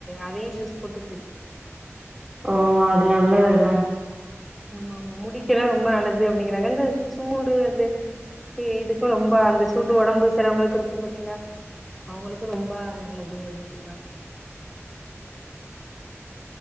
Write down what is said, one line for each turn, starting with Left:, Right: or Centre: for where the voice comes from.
Centre: அதயு ஜூஸ் போட்டு குடிப்போ
Right: ஓ அது நல்லது இல்ல
Centre: ஆமா ஆமா முடிக்குலா ரொம்ப நல்லது அப்டிங்கிறாங்க அந்த சூடு அந்த கி இதுக்கு ரொம்ப அந்த சூடு ஒடம்பு சிலவங்களுக்கு இருக்கு பாத்தீங்களா அவுங்ளுக்கு ரொம்ப நல்லது அப்டினு சொல்றாங்க